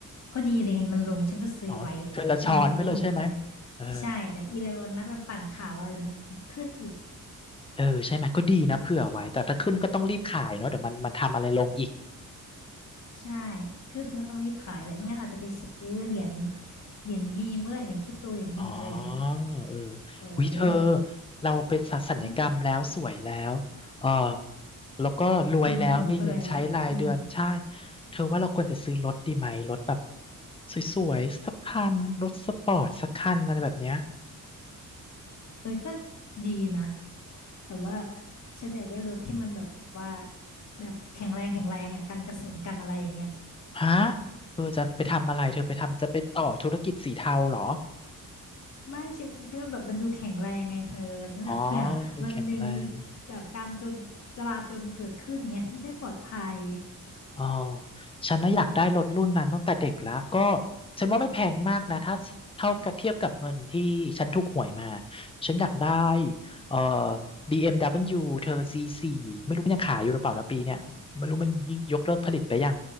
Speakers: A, on the left; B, on the left.
A: พอดีเลยไงมันลงฉันก็ซื้อไว้ตอนมันถูกๆนี่แหละ
B: อ๋อเธอจะช้อนไปเลยใช่ไหมเออ
A: ใช่เดี๋ยวอีลอนมัสก์มันปั่นข่าวอะไรเดี๋ยวมันขึ้นอีก
B: เออใช่ไหมก็ดีนะเผื่อไว้แต่ถ้าขึ้นก็ต้องรีบขายเนาะเดี๋ยวมันมันทำอะไรลงอีก
A: ใช่ขึ้นฉันก็ต้องรีบขายแหละไม่งั้นอาจจะไปซื้อเหรียญเหรียญมีมก็ได้เหรียญคริปโตเหรียญมีมอะไรอย่างเงี้ย
B: อ๋อเออ
A: เออ
B: วิเธอเราไปสัลยกรรมแล้วสวยแล้วเออ
A: เนอม
B: แล้วก็รวยแล้วมีเงินใช้รายเดือนใช่
A: ลงทุนก็แล้ว อืม
B: เธอว่าเราควรจะซื้อรถดีไหมรถแบบสวยๆสักคันรถสปอร์ตสักคันอะไรแบบเนี้ย
A: เอ้ยก็ดีนะ แต่ว่าฉันอยากได้รถที่มันแบบว่าแบบแข็งแรงแข็งแรงอ่ะกันกระสุนกันอะไรอย่างเงี้ย
B: ฮะเธอจะไปทำอะไรเธอไปทำจะไปต่อธุรกิจสีเทาเหรอ
A: ไม่ฉันคิดว่าแบบมันดูแข็งแรงไงเธอฉันแบบเผื่อวันหนึ่งมีแบบการจนจราจนเกิดขึ้นเงี้ยฉันจะได้ปลอดภัย
B: อ๋อดูแข็งแรง อ๋อ ฉันน่ะอยากได้รถรุ่นนั้นตั้งแต่เด็กแล้ว ก็ฉันว่าไม่แพงมากนะถ้าเท่ากับเทียบกับเงินที่ฉันถูกหวยมา ฉันอยากได้เอ่อ BMW เอ็มดับเบิลยูเธอ C4 ไม่รู้มันยังขายอยู่หรือเปล่านะปีเนี่ยไม่รู้มันยกเลิกผลิตไปยัง